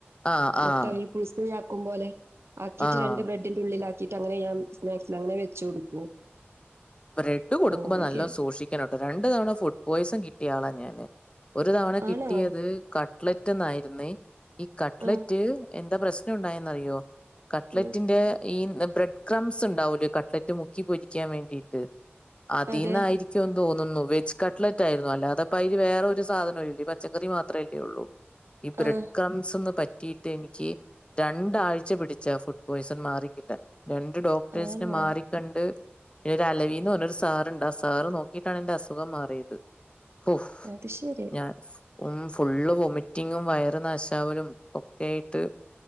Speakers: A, on the left (about 25°); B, on the right (about 75°).
A: ആഹ് ആഹ്
B: മുട്ട <unintelligible> ആക്കും പോലെ ആക്കിട്ട്
A: ആഹ്.
B: രണ്ട് ബ്രെഡിന്റെ ഉള്ളിലാ ക്കിട്ടങ്ങനെ ഞാം സ്നാക്സ് ലങ്ങനെ വെച്ച് കൊടുക്കും.
A: ബ്രെഡ് കൊടുക്കുമ്പോ
B: അങ്ങനെയൊക്കെ
A: നല്ലോം സൂക്ഷിക്കണം ട്ടോ രണ്ട് തവണ ഫുഡ് പോയിസൺ കിട്ടിയ ആളാ ഞാന് ഒരു തവണ
B: ആണോ
A: കിട്ടിയത് കട്ലറ്റ്ന്നായിരുന്നേ ഈ കട്ട്ലറ്റ്
B: ആ
A: എന്താ പ്രശ്നം ഉണ്ടായന്നറിയോ കട്ലെറ്റിന്റെ
B: ഉം
A: ഈ <unintelligible> ബ്രെഡ് ക്രംസ് ഉണ്ടാവുല്ലേ കട്ട്ലറ്റ് മുക്കി പൊരിക്കാൻ വേണ്ടിട്ട് അതീന്നായിരിക്കും
B: അതെ
A: തോന്നുന്നു വെജ് കട്ട്ലറ്റ് ആയിരുന്നു അല്ലാതെപ്പയ്ല് വേറെ ഒരു സാധനം ഇല്ല പച്ചക്കറി മാത്രല്ലേ ഉള്ളൂ ഈ ബ്രഡ്
B: ആഹ്
A: കംസ്ന്ന് പ കിട്ടിയെനിക്ക് രണ്ടാഴ്ച പിടിച്ച ഫുഡ് പോയ്സൺ മാറി കിട്ടാൻ രണ്ട് ഡോക്ടേഴ്സിനെ
B: ആണോ
A: മാറിക്കണ്ട് ദ അലവീന്ന് പറഞ്ഞൊരു സാറ്ണ്ട് ആ സാറ് നോക്കിയിട്ടാണെൻ്റെ അസുഖം മാറിയത് ഹോ
B: അത് ശരി
A: ഞാൻ ഉം ഫുള്ള് വൊമിറ്റിങ്ങും വയറ് നാശാവലും ഒക്കെ ആയിട്ട്